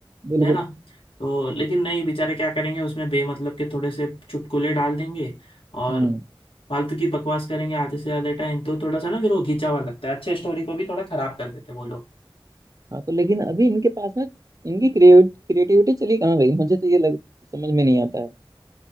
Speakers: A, on the right; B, on the left.
A: बिल्कुल
B: है ना तो लेकिन नहीं बेचारे क्या करेंगे उसमें बेमतलब के थोड़े से चुटकुले डाल देंगे और
A: हम्म
B: फालतू की बकवास करेंगे आधे से ज्यादा टाइम तो थोड़ा सा ना फिर वो घिंचा हुआ लगता है अच्छे स्टोरी को भी थोड़ा खराब कर देते हैं वो लोग
A: हाँ तो लेकिन अभी इनके पास में इनकी क्रिएट क्रिएटिविटी चली कहाँ गई मुझे तो ये लग समझ में नहीं आता है